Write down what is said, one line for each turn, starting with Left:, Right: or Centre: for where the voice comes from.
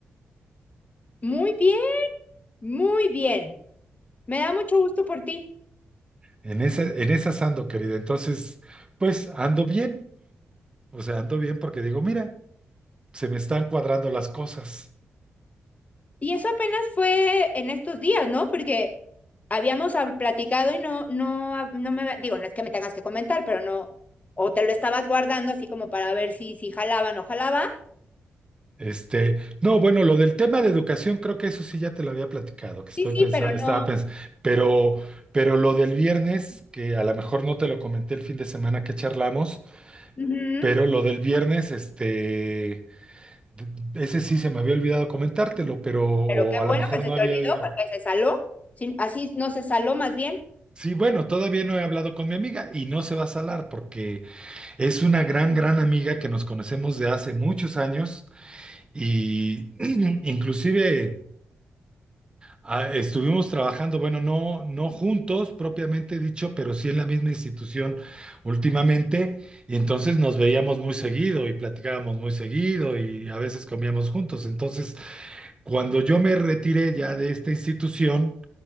Left: Muy bien, muy bien. Me da mucho gusto por ti.
Right: En ese, en esas ando, querida. Entonces, pues ando bien. O sea, ando bien porque digo, mira, se me están cuadrando las cosas.
Left: Y eso apenas fue en estos días, ¿no? Porque habíamos hab- platicado y no, no, hab- no me, había- digo, no es que me tengas que comentar, pero no, o te lo estabas guardando así como para ver si, si jalaba o no jalaba.
Right: Este, no, bueno, lo del tema de educación, creo que eso sí ya te lo había platicado, que estoy
Left: Sí,
Right: pensando,
Left: sí, pero
Right: estaba
Left: no.
Right: pensando, pero, pero lo del viernes, que a lo mejor no te lo comenté el fin de semana que charlamos.
Left: Ujú.
Right: Pero lo del viernes, este, d- ese sí se me había olvidado comentártelo, pero o
Left: Pero qué
Right: a
Left: bueno
Right: lo mejor
Left: que se
Right: no
Left: te
Right: había
Left: olvidó
Right: ido.
Left: porque se saló. Sin- así no se saló más bien.
Right: Sí, bueno, todavía no he hablado con mi amiga y no se va a salar porque es una gran, gran amiga que nos conocemos de hace muchos años y <clears throat> inclusive ah, estuvimos trabajando, bueno, no, no juntos propiamente dicho, pero sí en la misma institución últimamente y entonces nos veíamos muy seguido y platicábamos muy seguido y a veces comíamos juntos. Entonces, Cuando yo me retiré ya de esta institución,